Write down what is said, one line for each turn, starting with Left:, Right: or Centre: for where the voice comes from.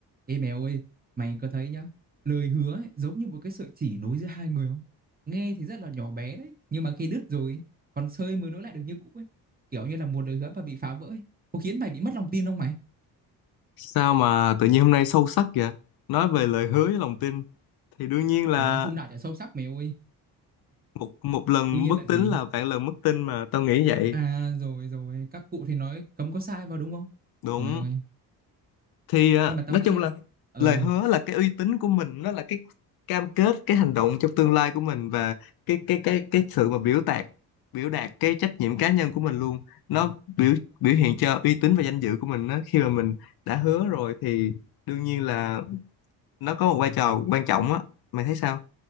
Right: Ê mèo ơi, mày có thấy nhá, lời hứa ấy, giống như một cái sợi chỉ nối giữa hai người không? Nghe thì rất là nhỏ bé đấy, nhưng mà khi đứt rồi, còn sơi mới nối lại được như cũ ấy. Kiểu như là một lời hứa mà bị phá vỡ ấy, có khiến mày bị mất lòng tin không mày?
Left: Sao mà tự nhiên hôm nay sâu sắc vậy? Nói về lời hứa với lòng tin thì đương nhiên là
Right: Trời ơi, hôm nào chả sâu sắc mày ơi.
Left: một một lần
Right: Đương nhiên
Left: bất
Right: là gì?
Left: tín là vạn lần mất tin mà tao nghĩ vậy.
Right: À rồi rồi, các cụ thì nói cấm có sai vào đúng không?
Left: Đúng.
Right: Trời ơi,
Left: Thì à,
Right: nhưng mà tao
Left: nói
Right: nghĩ
Left: chung
Right: nha.
Left: là
Right: ừ,
Left: lời hứa là cái uy tín của mình, nó là cái cam kết, cái hành động trong tương lai của mình và cái cái cái cái sự mà biểu đạt biểu đạt cái trách nhiệm cá nhân của mình luôn. Nó biểu biểu hiện cho uy tín và danh dự của mình đó. Khi mà mình đã hứa rồi thì đương nhiên là nó có một vai trò quan trọng á. Mày thấy sao?